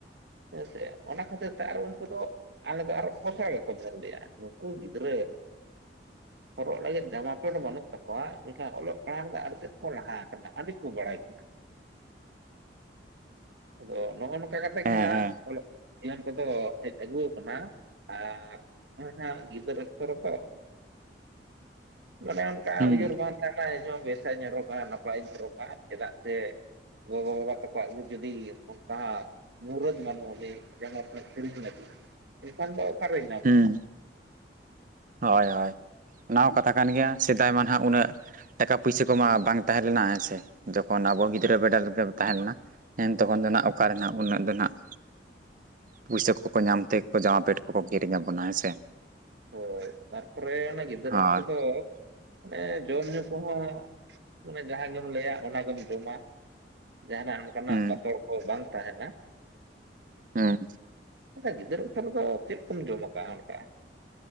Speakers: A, on the right; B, on the right.
A: ᱦᱮᱸ ᱥᱮ ᱚᱱᱟ ᱠᱷᱟᱹᱛᱤᱨ ᱛᱮ ᱟᱨ ᱩᱱᱠᱩ ᱫᱚ ᱟᱞᱮ ᱫᱚ ᱟᱨᱦᱚ ᱠᱚᱴᱷᱮ ᱜᱮᱠᱚ ᱡᱷᱟᱞ ᱞᱮᱭᱟ ᱱᱩᱠᱩ ᱜᱤᱫᱽᱨᱟᱹ, ᱦᱚᱨᱚᱜ ᱞᱟᱹᱜᱤᱫ ᱡᱟᱢᱟ ᱯᱮᱸᱴ ᱵᱟᱹᱱᱩᱜ ᱛᱟᱠᱚᱣᱟ ᱢᱮᱸᱠᱷᱟᱱ ᱚᱞᱚᱜ ᱯᱟᱲᱦᱟᱜ ᱨᱮᱫᱚ ᱟᱹᱰᱤ ᱛᱮᱫ ᱠᱚ ᱞᱟᱦᱟ ᱟᱠᱟᱱᱟ, ᱟᱹᱰᱤ ᱠᱚ ᱵᱟᱲᱟᱭ ᱠᱟᱱᱟ᱾ ᱟᱫᱚ ᱱᱚᱜᱼᱚ ᱱᱚᱠᱟ ᱠᱟᱛᱮ
B: ᱦᱮᱸ
A: ᱜᱮ ᱦᱟᱸᱜ
B: ᱦᱮᱸ
A: ᱚᱞᱚᱜ ᱜᱮᱭᱟᱱ ᱠᱚᱫᱚ ᱦᱮᱡᱽ ᱟᱹᱜᱩ ᱟᱠᱟᱱᱟ ᱟᱨ ᱱᱚᱜᱼᱚᱸᱭ ᱦᱟᱸᱜ ᱜᱤᱫᱟᱹᱨ ᱳᱠᱛᱳ ᱨᱮᱫᱚ ᱢᱟᱱᱮ ᱚᱱᱠᱟ
B: ᱦᱩᱸ
A: ᱩᱭᱦᱟᱹᱨ ᱵᱟᱝ ᱛᱟᱦᱮᱸᱱᱟ, ᱦᱮᱡ ᱦᱚᱸ ᱵᱮᱥ ᱪᱟᱜ ᱤᱧ ᱦᱚᱨᱚᱜᱽᱼᱟ ᱦᱟᱸᱜ ᱱᱟᱯᱟᱭᱤᱧ ᱦᱚᱨᱚᱜᱽᱼᱟ ᱦᱟᱸᱜ ᱪᱮᱫᱟᱜ ᱡᱮ ᱜᱚᱼᱵᱟᱵᱟ ᱵᱟᱵᱟ ᱛᱟᱠᱚᱣᱟᱜ ᱜᱮ ᱡᱩᱫᱤ ᱚᱱᱠᱟ ᱢᱩᱨᱟᱹᱫ ᱵᱟᱱᱩᱜ ᱟᱹᱱᱤᱡ ᱡᱮᱢᱚᱱ ᱟᱹᱠᱷᱤᱨᱤᱧ ᱞᱟᱹᱜᱤᱫ ᱮᱸᱠᱷᱟᱱ ᱫᱚ ᱚᱠᱟᱨᱤᱧ ᱧᱟᱢ
B: ᱦᱩᱸ
A: ᱠᱚᱣᱟ?
B: ᱦᱳᱭ ᱦᱳᱭ ᱚᱱᱟ ᱦᱚᱸ ᱠᱟᱛᱷᱟ ᱠᱟᱱ ᱜᱮᱭᱟ ᱥᱮᱫᱟᱭ ᱢᱟ ᱱᱷᱟᱸᱜ ᱩᱱᱟᱹᱜ ᱴᱟᱠᱟ ᱯᱩᱭᱥᱟᱹ ᱠᱚᱢᱟ ᱵᱟᱝ ᱛᱟᱦᱮᱸ ᱞᱮᱱᱟ ᱦᱮᱸ ᱥᱮ ᱡᱚᱠᱷᱚᱱ ᱟᱵᱚ ᱜᱤᱫᱽᱨᱟᱹ ᱵᱮᱲᱟ ᱨᱮᱜᱮ ᱛᱟᱦᱮᱸ ᱞᱮᱱᱟ, ᱮᱱ ᱛᱚᱠᱷᱚᱱ ᱫᱚ ᱱᱷᱟᱸᱜ ᱚᱠᱟ ᱨᱮ ᱱᱷᱟᱸᱜ ᱩᱱᱟᱹᱜ ᱫᱚ ᱱᱷᱟᱸᱜ ᱯᱩᱭᱥᱟᱹ ᱠᱚᱠᱚ ᱧᱟᱢ ᱛᱮᱜᱚ ᱠᱚ ᱡᱟᱢᱟ ᱯᱮᱸᱴ ᱠᱚᱠᱚ ᱠᱤᱨᱤᱧ ᱟᱵᱚᱱᱟ ᱦᱮᱸ ᱥᱮ?
A: ᱦᱳᱭ ᱛᱟᱨᱯᱚᱨᱮ ᱚᱱᱟ ᱜᱤᱫᱟᱹᱨ
B: ᱦᱳᱭ
A: ᱚᱠᱛᱳ ᱫᱚ ᱢᱟᱱᱮ ᱡᱚᱢ ᱧᱩᱸ ᱠᱚᱦᱚᱸ ᱢᱟᱱᱮ ᱡᱟᱦᱟᱸ ᱜᱮᱢ ᱞᱟᱹᱭᱼᱟ ᱚᱱᱟ ᱜᱮᱢ ᱡᱚᱢᱼᱟ, ᱡᱟᱦᱟᱸᱱᱟᱜ ᱚᱱᱠᱟᱱᱟᱜ
B: ᱦᱩᱸ
A: ᱵᱟᱛᱚᱲ ᱠᱚ ᱵᱟᱝ ᱛᱟᱦᱮᱸᱱᱟ᱾
B: ᱦᱩᱸ
A: ᱟᱫᱚ ᱜᱤᱫᱟᱹᱨ ᱚᱠᱛᱚ ᱨᱮᱫᱚ ᱪᱮᱫ ᱠᱚᱢ ᱟᱠᱟᱜᱼᱟ ᱚᱱᱠᱟ?